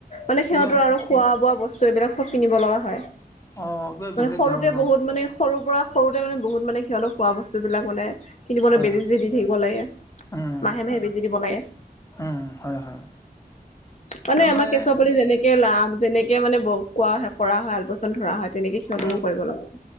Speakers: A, on the left; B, on the left.
A: মানে
B: কিবা
A: সিহঁতৰ
B: হেন
A: আৰু খোৱা বোৱা বস্তু এইবিলাক চব কিনিব লগা হয়
B: অ', কিবা বেলেগ
A: মানে সৰুতে
B: ধৰণৰ
A: বহুত মানে সৰুৰ পৰা সৰুতে মানে বহুত মানে সিহঁতক খোৱা বস্তু বিলাক মানে কিনিবলৈ
B: হয়
A: বেজি-চেজি
B: হয়
A: দি থাকিব লাগে
B: উম,
A: মাহে মাহে বেজি দিব লাগে।
B: উম, হয়, হয়
A: মানে,
B: তাৰমানে
A: আমাৰ কেঁচুৱা পালি যেনেকে লাভ যেনেকে মানে ব কোৱা কৰা হয় আলপেচান ধৰা হয় তেনেকে সিহতকোঁ
B: উম,
A: কৰিব লাগে